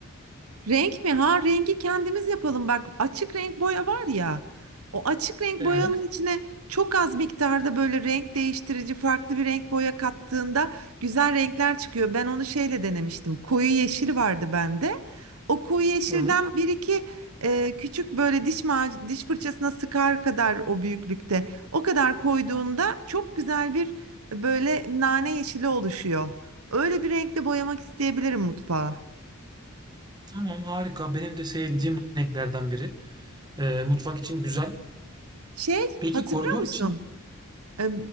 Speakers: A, on the right; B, on the right.
A: Renk mi? Ha rengi kendimiz yapalım. Bak açık renk boya var ya. O açık renk
B: Evet,
A: boyanın içine çok az miktarda böyle renk değiştirici farklı bir renk boya kattığında güzel renkler çıkıyor. Ben onu şeyle denemiştim. Koyu yeşil vardı bende. O koyu yeşilden
B: evet.
A: bir iki e, küçük böyle diş mac diş fırçasına sıkar kadar o büyüklükte. O kadar koyduğunda çok güzel bir böyle nane yeşili oluşuyor. Öyle bir renkle boyamak isteyebilirim mutfağı.
B: Tamam harika. Benim de sevdiğim renklerden biri. Eee, mutfak için güzel.
A: Şey
B: Peki
A: hatırlıyor
B: koridor
A: musun?
B: için?
A: Ee,